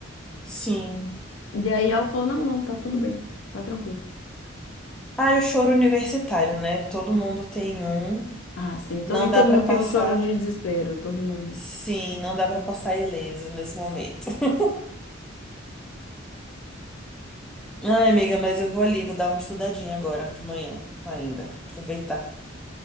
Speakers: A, in the centre; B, on the left.
A: Sim.
B: E aí ela falou: não, não, tá tudo bem, tá tranquilo.
A: Ah, e o choro universitário, né? Todo mundo tem um.
B: Ah, sim,
A: Não
B: to- e
A: dá
B: todo
A: pra
B: mundo
A: passar.
B: tem um choro de desespero, todo mundo.
A: Sim, não dá pra passar ileso nesse momento. <laughs> Ai, amiga, mas eu vou ali, vou dar uma estudadinha agora, de manhã, ainda. Aproveitar.